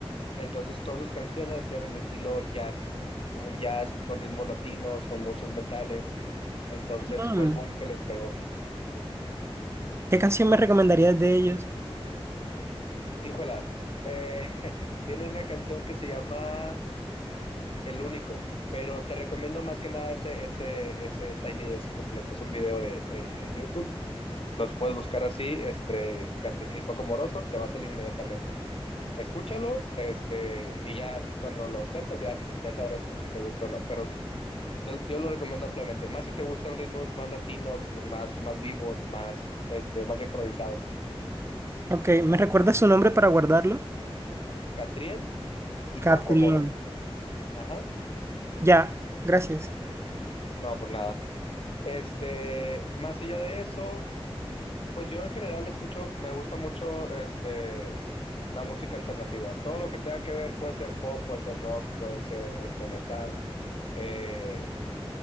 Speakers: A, on the left; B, on the right.
A: Entonces todas sus canciones las hicieron al estilo jazz, como un jazz con ritmos latinos, con muchos metales. Entonces
B: Mm,
A: fue el boom que les pegó.
B: ¿Qué canción me recomendarías de ellos?
A: Híjola, eh, <laughs> tienen una canción que se llama El Único, pero te recomiendo más que nada ese, ese, ese Tiny Desk completo. Es un video de, en, en YouTube. Los puedes buscar así, este, Caterina y Paco Moroso, te va a salir inmediatamente. Escúchalo, este, y ya cuando lo sepas, ya, ya sabrás tú si te gusta o no. Pero Yo, yo lo recomiendo ampliamente, más si te gustan ritmos más latinos, más, más vivos, más, este, más improvisados.
B: Ok, ¿me recuerdas su nombre para guardarlo?
A: Catriel y Paco
B: Catrión.
A: Amoros. Ajá,
B: Ya, gracias.
A: no, por nada. Este, más allá de eso, pues yo en general escucho, me gusta mucho este, la música alternativa. Todo lo que tenga que ver puede ser pop, puede ser rock, puede ser este, metal, eh,